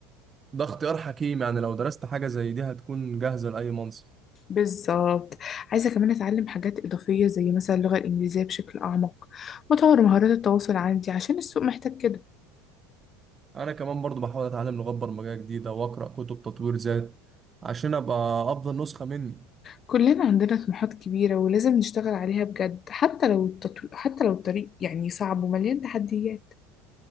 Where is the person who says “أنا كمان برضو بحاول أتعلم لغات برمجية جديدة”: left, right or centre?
Right